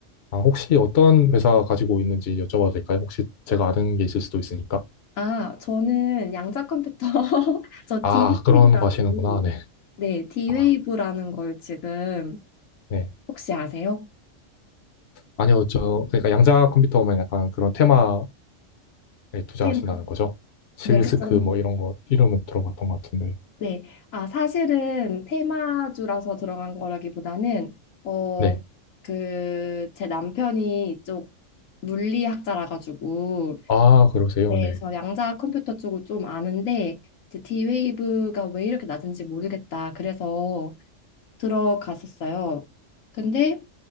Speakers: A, on the left; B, on the left.
A: 아, 혹시 어떤 회사 가지고 있는지 여쭤봐도 될까요? 혹시 제가 아는 게 있을 수도 있으니까.
B: 아, 저는 양자 컴퓨터, <laughs> 저
A: 아,
B: d
A: 그런
B: 웨이브라고
A: 거 하시는구나. 네.
B: 네, d
A: 아,
B: 웨이브라는 걸 지금
A: 네.
B: 혹시 아세요?
A: 아니요, 저, 그러니까 양자 컴퓨터 오면 약간 그런 테마에 투자하신다는
B: 테마.
A: 거죠? 실스크
B: 네, 그쵸. 음,
A: 뭐 이런 거, 이름은 들어봤던 것 같은데.
B: 네, 아, 사실은 테마주라서 들어간 거라기보다는, 어,
A: 네.
B: 그, 제 남편이 이쪽 물리학자라 가지고,
A: 아, 그러세요.
B: 네,
A: 네.
B: 그래서 양자 컴퓨터 쪽을 좀 아는데 이제 D-Wave가 왜 이렇게 낮은지 모르겠다. 그래서 들어갔었어요. 근데